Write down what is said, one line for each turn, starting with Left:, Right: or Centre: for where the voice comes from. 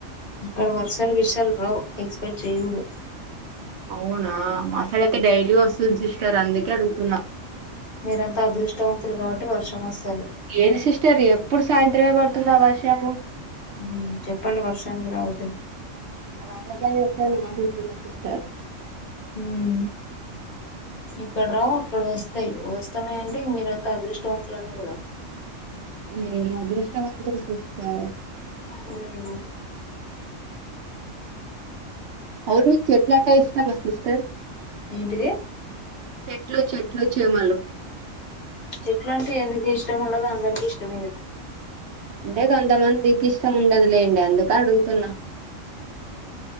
Left: ఇక్కడ వర్సాలు విర్సలు రావు ఎక్స్పెక్ట్ చేయ్యకూడదు
Right: అవునా మాసైడైతే డైలీ వస్తుంది సిస్టర్ అందుకే అడుగుతున్నా
Left: మీరంతా అదృష్టవంతులు కాబట్టి వర్షం వస్తది
Right: ఏది సిస్టర్ ఎప్పుడు సాయంత్రమే పడుతుందా వర్షము
Left: హ్మ్ చెప్పండి వర్షానికి రావద్దని
Right: అలా అబద్ధాలు చెప్తుంది మాట వింటుంది అనిపిస్తాది
Left: హ్మ్ ఇక్కడ రావు అక్కడ వస్తాయి వస్తున్నాయంటే ఇంగ మీరంతా అదృష్టవంతులనే కదా
Right: మీరు ఏం అదృష్టవంతులు సిస్టర్
Left: హ్మ్
Right: అవును మీకు చెట్లు అంటే ఇష్టమా సిస్టర్
Left: ఏంటి
Right: చెట్లు చెట్లు చేమలు
Left: చెట్లు అంటే ఎందుకు ఇష్టం ఉండదు అందరికీ ఇష్టమే గదా
Right: అంటే కొంతమందికి ఇష్టం ఉండదులేండి అందుకని అడుగుతున్నా